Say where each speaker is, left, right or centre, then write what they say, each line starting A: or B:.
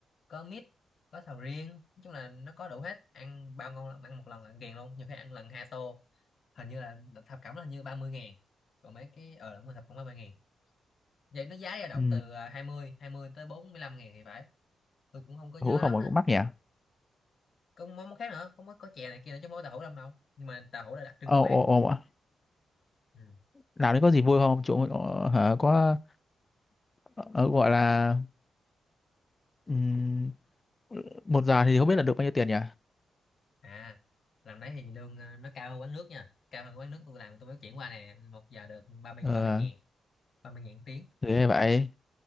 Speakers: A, on the left; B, on the left.
A: có mít có sầu riêng nói chung là nó có đủ hết ăn bao ngon lắm ăn một lần là ăn ghiền luôn nhiều khi ăn lần hai tô hình như là thập cẩm là hình như ba mươi ngàn còn mấy cái ờ đúng rồi thập cẩm ba mươi ngàn vậy nó giá dao động
B: ừ.
A: từ à, hai mươi hai mươi tới 45 ngàn thì phải tôi cũng không có nhớ
B: tàu hũ không
A: lắm
B: mà cũng mắc nhỉ
A: Còn món món khác nữa không có có chè này kia nữa chứ món tàu hủ lông đâu nhưng mà tàu hủ là đặc trưng
B: ồ
A: của quán
B: ồ ồ ạ.
A: ừ.
B: làm đấy có gì vui không chỗ ờ, hả có ờ, gọi là ừm, một giờ thì không biết là được bao nhiêu tiền nhỉ
A: à lần đấy thì lương ờ, nó cao hơn quán nước nha cao hơn quán nước tôi làm tôi mới chuyển qua này một giờ được ba mươi
B: ờ
A: ba mươi ngàn ba mươi ngàn tiếng
B: thế vậy